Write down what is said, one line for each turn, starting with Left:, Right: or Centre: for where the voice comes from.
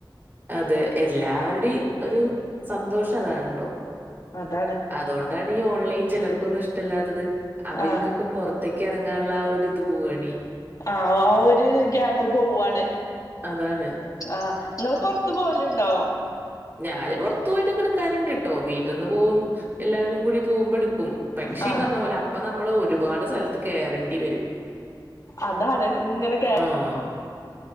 Right: അതെ എല്ലാവരുടെയും ഒരു സന്തോഷം അതാണല്ലോ
Left: അതാണ്
Right: അതുകൊണ്ടാണ് ഈ ഓൺലൈൻ ചിലർക്കൊന്നും ഇഷ്ടമല്ലാത്തത് അവര്ക്കൊക്കെ
Left: ആ
Right: പുറത്തേക്ക് ഇറങ്ങാനുള്ള ആഹ് ഒരിത് പോവണെ
Left: ആഹ് ഓ ഒരു ഗ്യാപ്പ് പോവാണ്
Right: അതാണ്.
Left: ആഹ് നിങ്ങള് പുറത്തു പോവലുണ്ടോ
Right: ഞാന് പുറത്ത് പോയിട്ടൊക്കെ എടുക്കലിണ്ട്ട്ടോ വീട്ടിൽന്ന് പോകും എല്ലാവരും കൂടി പോകുമ്പോ എടു ക്കും പക്ഷേ
Left: ആഹ്
Right: പറഞ്ഞ പോലെ അപ്പൊ നമ്മൾ ഒരുപാട് സ്ഥലത്ത് കേറണ്ടി വരും
Left: അതാണ് ഇങ്ങനെ കേ
Right: ആഹ്